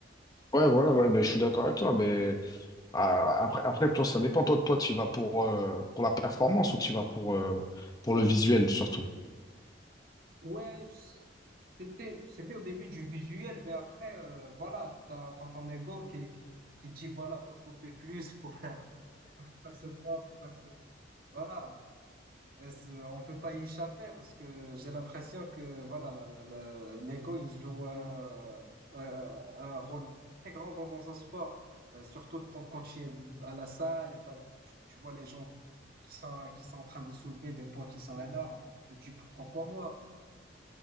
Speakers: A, on the left (about 20°); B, on the right (about 50°).
A: Ouais, voilà, ouais, ben, je suis d'accord avec toi. Mais ah, après, après, toi, ça dépend. Toi, toi, tu y vas pour, euh, pour la performance ou tu y vas pour, euh, pour le visuel surtout?
B: Ouais, c'était, c'était au début du visuel, mais après, euh, voilà, t'as, t'as ton ego qui, qui dit, voilà, faut soulever plus, faut faire, faut faire ce poids, faut faire ce... Voilà, Et c'est- on peut pas y échapper parce que j'ai l'impression que, voilà, la- la- la- l'ego, il joue un, un, un rôle très grand dans, dans ce sport, Euh, surtout tant- quand tu es à la salle et t'as- tu tu vois les gens qui sont, qui sont en train de soulever des poids qui sont énormes. tu dis pourquoi pas moi?